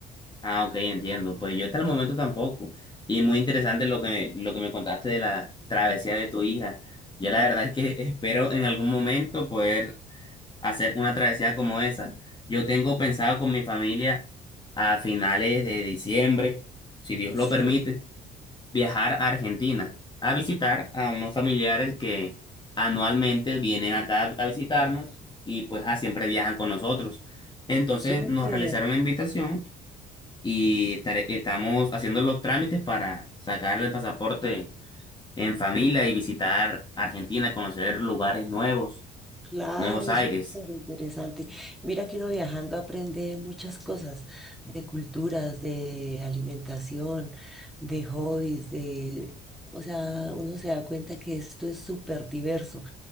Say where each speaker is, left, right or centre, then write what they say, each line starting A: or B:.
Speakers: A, on the left; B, in the centre.
A: Ah, ok, entiendo. Pues yo hasta el momento tampoco. Y muy interesante lo que, lo que me contaste de la travesía de tu hija. Yo la verdad es que <laughs> espero en algún momento poder hacer una travesía como esa. Yo tengo pensado con mi familia a finales de diciembre, si Dios
B: Sí,
A: lo permite, viajar a Argentina a visitar a unos familiares que anualmente vienen acá a visitarnos y pues ah, siempre viajan con nosotros. Entonces
B: súper.
A: nos realizaron la invitación y estare- estamos haciendo los trámites para sacar el pasaporte en familia y visitar Argentina, conocer lugares nuevos,
B: Claro,
A: nuevos aires.
B: eso es súper interesante. Mira que uno viajando aprende muchas cosas, de culturas, de alimentación, de hobbies, de, o sea, uno se da cuenta que esto es súper diverso.